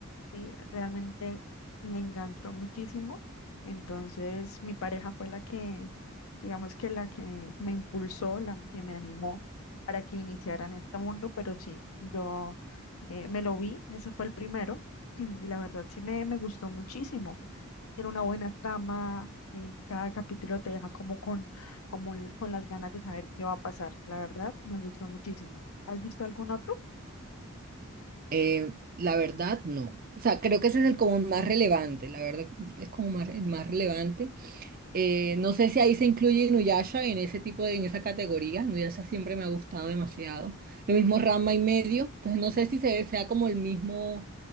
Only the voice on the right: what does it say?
Eh, la verdad, no. O sea, creo que ese es el como más relevante, la verdad es como más, el más relevante. Eh, no sé si ahí se incluye Inuyasha en ese tipo de, en esa categoría. Inuyasha siempre me ha gustado demasiado. Lo mismo Rama y medio. Entonces no sé si se, sea como el mismo, o